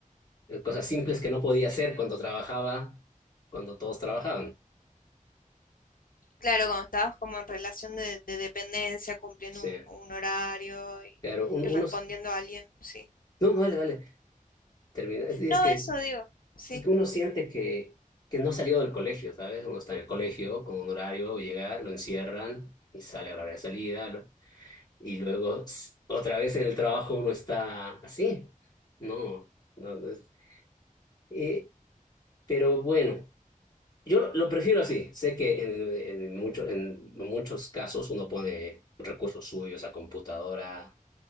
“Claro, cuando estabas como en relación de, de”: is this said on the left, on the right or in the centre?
Left